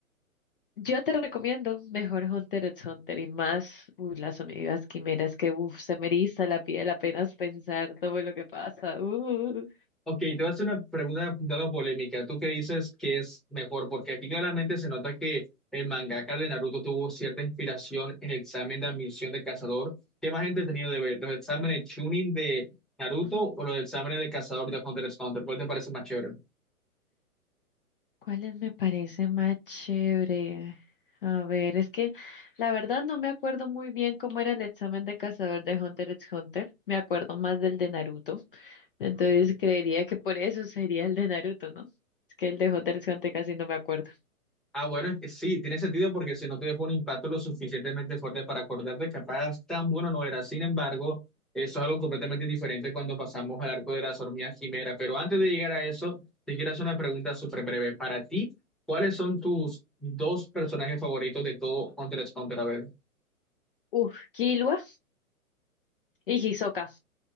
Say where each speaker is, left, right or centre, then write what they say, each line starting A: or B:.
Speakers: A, on the left; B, in the centre.
A: Yo te recomiendo mejor Hunter x Hunter y más, uy, las amigas quimeras que, uff, se me eriza la piel apenas pensar todo lo que pasa. Uh.
B: Ok, te voy a hacer una pregunta dando polémica. ¿Tú qué dices que es mejor? Porque aquí claramente se nota que el mangaka de Naruto tuvo cierta inspiración en el examen de admisión de cazador. ¿Qué más entretenido de ver? ¿Los exámenes Chunin de Naruto
A: <clears throat>
B: o los exámenes de cazador de Hunter x Hunter? ¿Cuál te parece más chévere?
A: ¿Cuáles me parece más chévere? A ver, es que la verdad no me acuerdo muy bien cómo era el examen de cazador de Hunter x Hunter. Me acuerdo más del de Naruto. Entonces creería que por eso sería el de Naruto, ¿no? Es que el de Hunter x Hunter casi no me acuerdo.
B: Ah, bueno, es que sí, tiene sentido porque si no te dejó un impacto lo suficientemente fuerte para acordarte, capaz tan bueno no era. Sin embargo, eso es algo completamente diferente cuando pasamos al arco de las hormigas quimera. Pero antes de llegar a eso, te quiero hacer una pregunta súper breve. Para ti, ¿cuáles son tus dos personajes favoritos de todo Hunter x Hunter? A ver.
A: Uf, Killua y Hisoka.